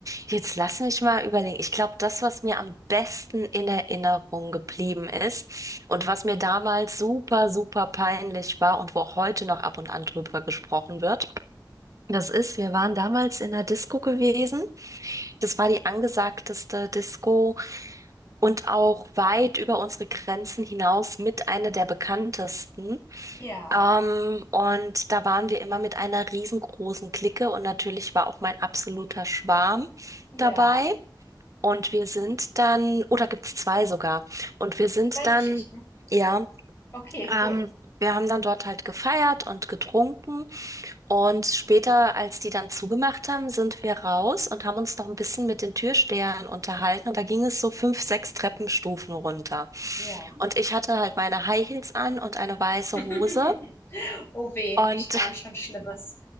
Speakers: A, on the right (about 45°); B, on the left (about 30°).
A: Jetzt lass mich mal überlegen. Ich glaube, das, was mir am besten in Erinnerung geblieben ist und was mir damals super, super peinlich war und wo auch heute noch ab und an drüber gesprochen wird, das ist, wir waren damals in einer Disco gewesen. Das war die angesagteste Disco und auch weit über unsere Grenzen hinaus mit einer der bekanntesten.
B: Ja,
A: Ähm, und da waren wir immer mit einer riesengroßen Clique und natürlich war auch mein absoluter Schwarm
B: ja,
A: dabei. Und wir sind dann, oder gibt's zwei sogar, und wir sind
B: zwei
A: dann.
B: Geschichten.
A: Ja,
B: Okay,
A: ähm,
B: gut.
A: wir haben dann dort halt gefeiert und getrunken und später, als die dann zugemacht haben, sind wir raus und haben uns noch ein bisschen mit den Türstehern unterhalten und da ging es so fünf, sechs Treppenstufen runter.
B: Ja.
A: Und ich hatte halt meine High Heels an und eine weiße
B: <laughs>
A: Hose
B: Oh weh,
A: und
B: ich ahne schon Schlimmes.